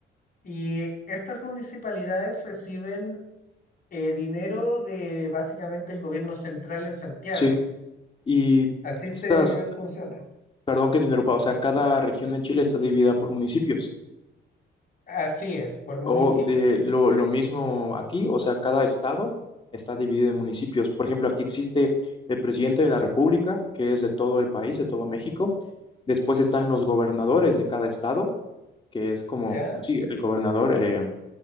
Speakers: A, on the left; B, on the left.
A: Y estas municipalidades reciben eh, dinero de básicamente el gobierno central en Santiago.
B: sí. Y...
A: Así
B: Estas,
A: se funciona.
B: perdón que te interrumpa, o sea, cada región en Chile está dividida por municipios.
A: Así es, por municipios.
B: O de lo, lo mismo aquí, o sea, cada estado está dividido en municipios. Por ejemplo, aquí existe el presidente de la República, que es de todo el país, de todo México. Después están los gobernadores de cada estado, que es como,
A: ¿Ya?
B: pues sí, el gobernador. eh,